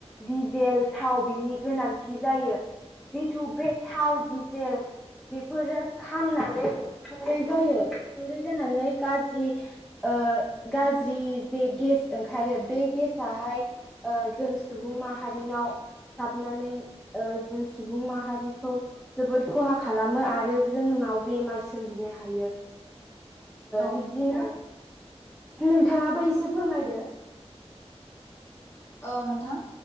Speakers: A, in the centre; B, on the left.
A: दिडिजेल थाव बिनि गोनांथि जायो जिथु बे थाव डिजेल बेफोरो खामनानै उखुन्दै जायो उखुन्दै जानानै गाज्रि गाज्रि जे गेस ओंखारो बे गेस आाहाय जों सुबुं माहारिनाव हाबनानै जों सुबुं माहारिखौ जोबोद खहा खालामो आरो जोंनाव बेमार सोमजिनो हायो
B: औ
A: बिब्दिनो नोंथाङाबो एसे फोरमायदो
B: औ नोंथां